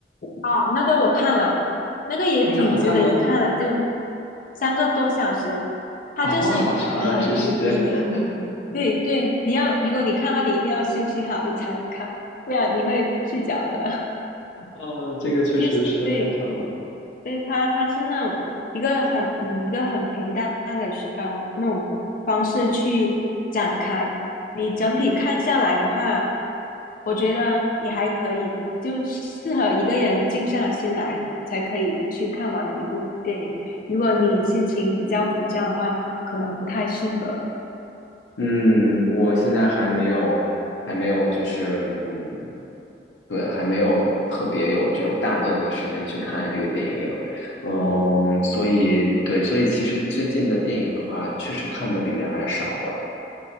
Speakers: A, on the left; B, on the left.
A: 哦，那个我看了，那个也挺值得一看的，
B: 那个好看吗？
A: 就三个多小时，
B: <laughs>
A: 它就是以很平以，
B: 哦，好长啊，这时间。<laughs>
A: 对对，你要如果你看的话，你一定要休息好，你才能看，不然你会睡着的。
B: 哦，这个确实时间太长了。
A: <laughs> 其实对，所以它它是那种一个很以一个很平淡的呃那种方式去展开。你整体看下来的话，我觉得也还可以，就是适合一个人静下心来才可以去看完的一部电影。如果你心情比较浮躁的话，可能不太适合。
B: 嗯，我现在还没有，还没有，就是嗯，对，还没有特别有这种大段的时间去看这个电影，嗯，所以对，所以其实最近的电影的话，确实看的比原来少了。